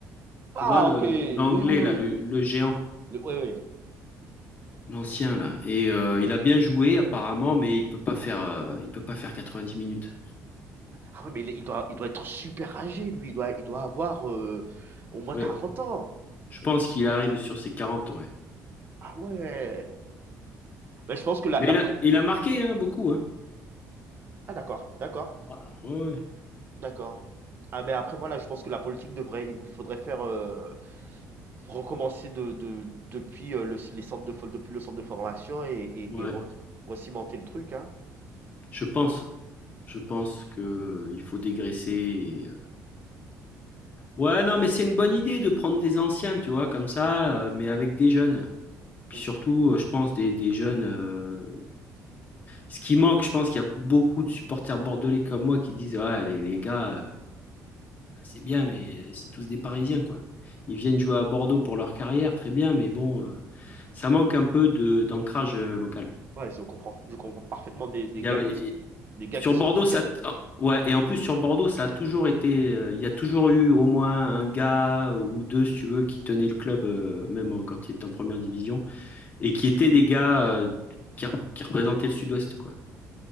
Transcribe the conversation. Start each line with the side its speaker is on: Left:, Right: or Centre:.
Right: Ah
Left: Tu vois, le,
Right: ok, oui,
Left: le- l'anglais,
Right: oui, oui.
Left: là, le, le géant,
Right: Le- oui, oui.
Left: l'ancien, là. Et euh, il a bien joué, apparemment, mais il peut pas faire, euh, il peut pas faire 90 minutes.
Right: Ah ouais, mais il il doit, il doit être super âgé, lui. Il doit, il doit avoir euh, au moins
Left: Ouais.
Right: 40 ans.
Left: Je pense qu'il arrive sur ses 40, ouais.
Right: Ah ouais. Mais je pense que la,
Left: Mais
Right: la
Left: il
Right: poli-
Left: a, il a marqué, hein, beaucoup, hein.
Right: Ah d'accord, d'accord,
Left: Ouais, ouais,
Right: d'accord. Ah mais après voilà, je pense que la politique devrait, il vous faudrait faire. euh, recommencer de, de, depuis, heu, le les centres de for depuis le centre de formation et et
Left: ouais.
Right: et
Left: Ouais.
Right: re recimenter le truc, hein.
Left: Je pense. Je pense que il faut dégraisser. Ouais, non, mais c'est une bonne idée de prendre des anciens, tu vois, comme ça, euh, mais avec des jeunes. Puis
Right: Mmh.
Left: surtout, euh, je pense, des, des jeunes. euh, Ce qui manque, je pense qu'il y a beaucoup de supporters bordelais comme moi qui disent, ouais, les, les gars, euh, bah, c'est bien, mais c'est tous des Parisiens, quoi. Ils viennent jouer à Bordeaux pour leur carrière, très bien, mais bon, euh, ça manque un peu de d'ancrage euh, local.
Right: Ouais, je comprends. Je comprends parfaitement des des
Left: Il y
Right: gars
Left: a,
Right: qui s des gars
Left: Sur
Right: qui sont
Left: Bordeaux,
Right: qui tiennent.
Left: ça. t- oh, Ouais, et en plus sur Bordeaux, ça a toujours été. euh, Il y a toujours eu au moins un gars ou deux, si tu veux, qui tenaient le club, euh, même en- quand il était en première division, et qui étaient des gars euh, qui, rep- qui représentaient le Sud-Ouest, quoi.